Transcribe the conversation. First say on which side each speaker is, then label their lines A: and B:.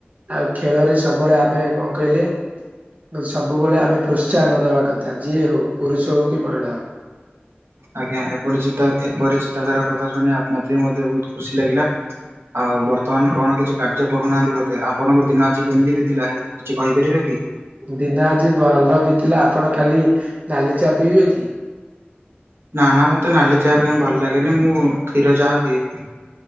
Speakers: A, on the right; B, on the right.
A: ଆଉ ଖେଳରେ ସବୁବେଳେ ଆମେ କଣ କହିଲେ ସବୁବେଳେ ଆମେ ପ୍ରୋତ୍ସାହନ ଦବା କଥା ଯିଏ ହଉ ପୁରୁଷ ହଉ କି ମହିଳା ହଉ।
B: ଆଜ୍ଞା ଏପରି ଚିତା ଏପରି ଚିନ୍ତାଧାରା କଥା ଶୁଣି ଆପ୍ ମତେ ବି ମଧ୍ୟ ବହୁତ ଖୁସି ଲାଗିଲା। ଆଉ ବର୍ତ୍ତମାନ କଣ କିଛି କାର୍ଯ୍ୟ କରୁନାହାନ୍ତି ବୋଧେ। ଆପଣଙ୍କ ଦିନ ଆଜି କେମିତି ବିତିଲା କିଛି କହିପାରିବେ କି?
A: ଦିନ ଆଜି ଭଲ ବିତିଲା। ଆପଣ କାଲି ନାଲି ଚା ପିଇବେ କି?
B: ନାଁ ନାଁ ମୋତେ ନାଲି ଚାହା ପାଇଁ ଭଲ ଲାଗେନି ମୁଁ କ୍ଷୀର ଚାହା ପିଏ।